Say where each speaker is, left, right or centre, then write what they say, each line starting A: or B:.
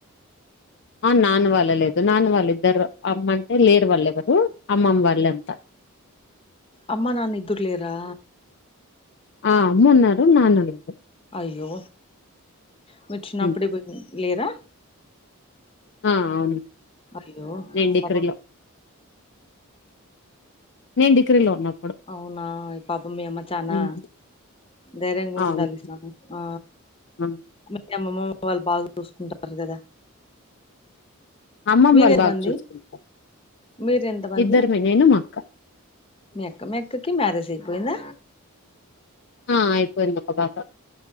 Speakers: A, on the left (about 50°); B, on the left (about 25°).
A: మా నాన్న వాళ్ళ లేదు నాన్న వాళ్ళు ఇద్దరు అమ్మంటే లేరు వాళ్ళు ఎవరు అమ్మమ్మ వాళ్ళ అంత
B: అమ్మా నాన్న ఇద్దరులేరా
A: ఆ అమ్మ ఉన్నారు నాన్న లేదు
B: అయ్యో మీ చినపుడే
A: హ్మ్.
B: లేరా
A: ఆ అవును
B: అయ్యో
A: నేను డిగ్రీలో
B: పాపం
A: నేను డిగ్రీ లో ఉన్నా
B: అవునా పాపం మీ అమ్మ చానా
A: హ్మ్.
B: దైర్యం గుండాలి
A: అవును
B: సమయం ఆ
A: ఆ!
B: మీ అమ్మమ్మ వాళ్ళు బాగా చూసుకుంటారు కదా
A: అమ్మమ్మ
B: మీరేమంది
A: వాళ్ళు బాగా చూసుకుంటారు
B: మీరు ఎంతమంది
A: ఇద్దరమే నేను మా అక్క
B: మీ అక్కకి మ్యారేజ్ అయిపోయింద
A: ఆ ఆయిపోయింది ఒక పాప